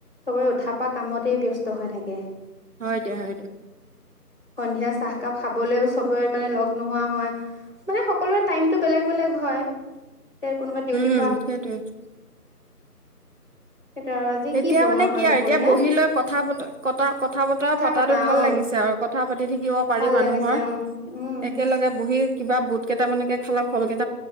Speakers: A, on the left; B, on the right.
A: সবৰে উঠ পা কামতে ব্যস্ত হৈ থাকে।
B: হয় দিয়া, হয় দিয়া।
A: সন্ধিয়া চাহকাপ খাবলৈও চবে মানে লগ নোহোৱা হয় মানে সকলোৰে টাইমটো বেলেগ বেলেগ হয়। তে কোনোবা ডিউটি
B: উম, সেইটোৱে
A: সেইটো আৰু আজি
B: এতিয়া
A: কি বনোৱা
B: মানে
A: হ'ল
B: কি
A: দুপৰীয়া
B: আৰু এতিয়া বহি লৈ কথা ক কথা বতৰা পতাটো
A: পতা
B: ভাল
A: অ
B: লাগিছে আৰু কথা পাতি থাকিব পাৰি
A: ভাল
B: মানুহৰ
A: লাগিছে অ উম
B: একেলগে বহি কিবা বুট কেইটা মানে খালা ফল কেইটা